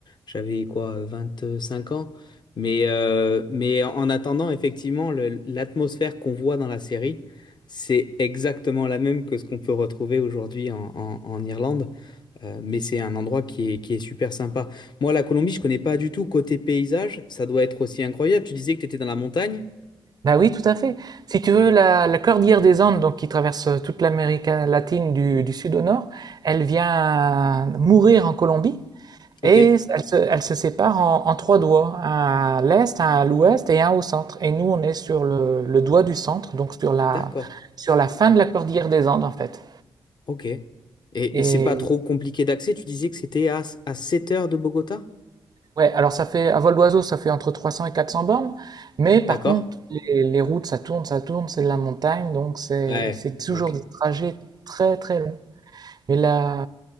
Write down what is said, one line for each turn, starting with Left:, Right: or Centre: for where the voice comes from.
Left: j'avais quoi, 25 ans. Mais, euh, mais en attendant, effectivement, le- l'atmosphère qu'on voit dans la série, c'est exactement la même que ce qu'on peut retrouver aujourd'hui en, en en Irlande. Euh, mais c'est un endroit qui est, qui est super sympa. Moi, la Colombie, je connais pas du tout. Côté paysage, ça doit être aussi incroyable. Tu disais que tu étais dans la montagne?
Right: Bah oui, tout à fait. Si tu veux, la, la cordillère des Andes, donc qui traverse euh, toute l'Amérique euh, latine du, du sud au nord, elle vient euh, mourir en Colombie
Left: Ok,
Right: et elle se, elle se sépare en, en trois doigts, un à l'est, un à l'ouest et un au centre. Et nous, on est sur le, le doigt du centre, donc sur la,
Left: d'accord.
Right: sur la fin de la cordillère des Andes en fait.
Left: Ok. Et, et
Right: Et
Left: c'est pas trop
Right: Hmm.
Left: compliqué d'accès? Tu disais que c'était à, à sept heures de Bogota?
Right: Ouais, alors ça fait, à vol d'oiseau, ça fait entre 300 et 400 bornes, mais par
Left: D'accord?
Right: contre, les, les routes, ça tourne, ça tourne, c'est de la montagne, donc c'est,
Left: Ouais,
Right: c'est toujours
Left: ok.
Right: des trajets très très longs. Mais la,